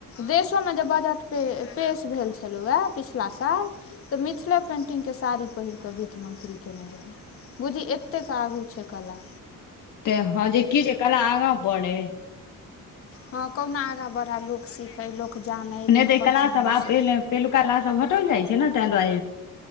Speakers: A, on the left; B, on the left.
A: देशोमे जे बजट पेश भेल छलहुँ हए पिछिला साल तऽ मिथिला पेन्टिंग के साड़ी पहिर कऽ वित्त मंत्री कयने रहय बुझी एतेक आगू छै कला
B: ते हँ जे कि जे कला आगाँ बढ़ैय
A: हँ कहूंना आगा बढ़ा लोक सिखै लोक जानै
B: नहि
A: लोक
B: तऽ ई
A: पहचानै
B: क्लास सब आब
A: से
B: पहि पहिलुका क्लास सब हटल जाइत छै ने ताहि दुआरे